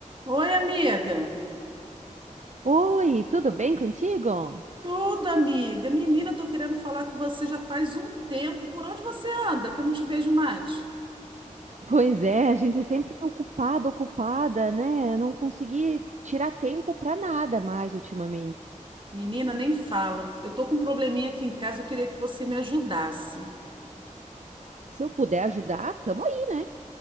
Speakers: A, on the right; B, on the right.
A: Oi, amiga.
B: Oi, tudo bem contigo?
A: Tudo, amiga. Menina, tô querendo falar com você já faz um tempo. Por onde você anda, que eu não te vejo mais?
B: Pois é, a gente é sempre ocupada, ocupada, né? Eu não consegui tirar tempo para nada mais ultimamente.
A: Menina, nem fala. Eu tô com um probleminha aqui em casa, eu queria que você me ajudasse.
B: Se eu puder ajudar, tamo aí, né?